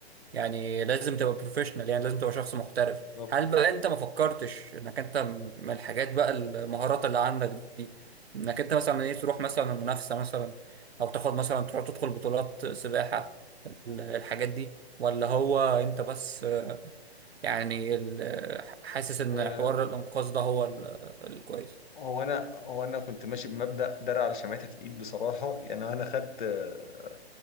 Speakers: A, on the right; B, on the left.
A: يعني لازم تبقى بروفيشنال يعني لازم تبقى شخص محترف
B: بالظبط
A: هل بقى انت ما فكرتش انك انت م- من الحاجات بقى المهارات اللي عندك دي انك انت مثلا ايه تروح مثلا المنافسه مثلا او تاخد مثلا تروح تدخل بطولات سباحه الحاجات دي ولا هو انت بس يعني ال- حاسس ان
B: آه،
A: حوار الانقاذ ده هو ال- الكويس
B: هو انا هو انا كنت ماشي بمبدأ درع على شمعتك الايد بصراحة <laughs> يعني انا خدت آه،